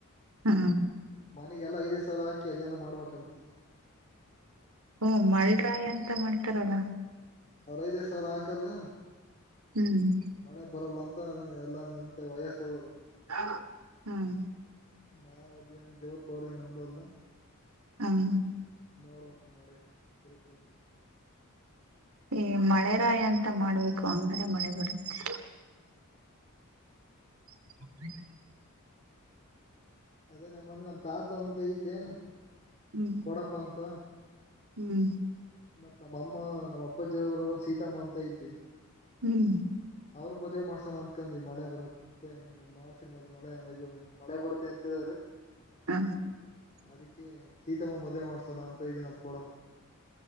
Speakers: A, on the right; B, on the left.
A: ಹಾ
B: ಮನೆಗೆಲ್ಲ ಐದೈದು ಸಾವಿರ ಹಾಕಿ ಅದೇನ ಮಾಡ್ಬೇಕಂತ
A: ಹ್ಮ ಮಳರಾಯ ಅಂತ ಮಾಡ್ತಾರಲ್ಲ
B: ಅವ್ರ ಐದೈದು ಸಾವಿರ ಹಾಕಲ್ಲ
A: ಹ್ಮ್
B: ಮಳೆ ಬರಲ್ಲ ಅಂತ ಎಲ್ಲ ಹಂಗ ಅಂತರಾ ವಯಸ್ಸಾದರೂ
A: ಹ್ಮ್
B: ಮಾಯವಾದೀ ದೇವ್ರ ಪೋರೆ ನಂಬಲ್ಲ.
A: ಹ್ಮ.
B: ನೋಡ್ಬೇಕು ಮಳೆ ಬರುತ್ತೆ ಇನ್ನ.
A: ಈ ಮಳೆ ರಾಯ ಅಂತ ಮಾಡ್ಬೇಕು ಅಂದ್ರೆ ಮಳೆ ಬರುತ್ತೆ. <unintelligible>
B: ಅದೇ ನಮ್ಮನೆ ನಮ್ ತಾತಂತ ಐತೆ
A: ಹ್ಮ್
B: ಕೊಡಪ್ಪ ಅಂತ.
A: ಹ್ಮ್.
B: ಮತ್ ನಮ್ಮಅಮ್ಮ ನಮ್ಮ ಅಪ್ಪಾಜಿ ಅವ್ರ ಊರಾಗ ಸೀತಮ್ಮ ಅಂತ ಐತಿ.
A: ಹ್ಮ್.
B: ಅವ್ರು ಮದ್ವೆ ಮಾಡ್ಸಣ ಅಂದ್ಕೊಂಡು ಮಳೆ ಬರತ್ತ ಹೆಂಗ್ ಮಾಡ್ಸಿರ ಮದ್ ಮಳೆ ಇದು ಮಳೆ ಬರುತ್ತೆ ಅಂತ <unintelligible>
A: <unintelligible>
B: ಅದಕ್ಕೆ ಸೀತಮ್ಮ ಮದ್ವೆ ಮಾಡ್ಸೋಣ ಅಂತ ಇದೆ ನಮ್ಮ ಕೂಡ